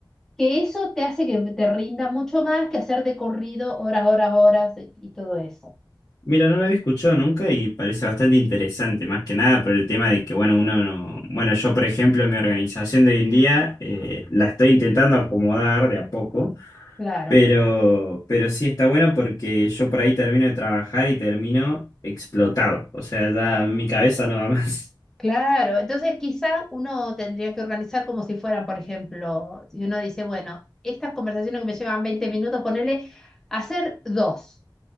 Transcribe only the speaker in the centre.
que eso te hace que te rinda mucho más que hacer de corrido horas, horas, horas y todo eso.
Claro,
claro. Entonces quizá uno tendría que organizar como si fueran, por ejemplo, si uno dice, bueno, estas conversaciones que me llevan 20 minutos, ponerle hacer dos,